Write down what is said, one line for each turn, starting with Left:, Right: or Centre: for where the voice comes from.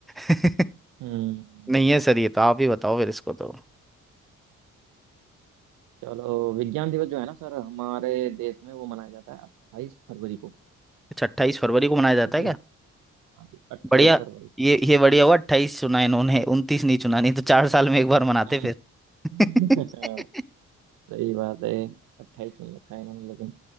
Centre: <laughs>
Right: हम्म,
Centre: नहीं है सर ये तो आप ही बताओ फिर इसको तो
Right: चलो विज्ञान दिवस जो है ना सर हमारे देश में वो मनाया जाता है अट्ठाईस फरवरी को
Centre: अच्छा अट्ठाईस फरवरी को मनाया जाता
Right: ठीक
Centre: है
Right: है
Centre: क्या
Right: हाँ, अट्ठाईस
Centre: बढ़िया
Right: फरवरी
Centre: ये ये बढ़िया हुआ अट्ठाईस चुना इन्होंने उनतीस नहीं चुना नहीं तो चार साल
Right: हाँ।
Centre: में एक बार मनाते
Right: उन-
Centre: फिर <laughs>
Right: <laughs> सही बात है अट्ठाईस में रखा है इन्होंने लेकिन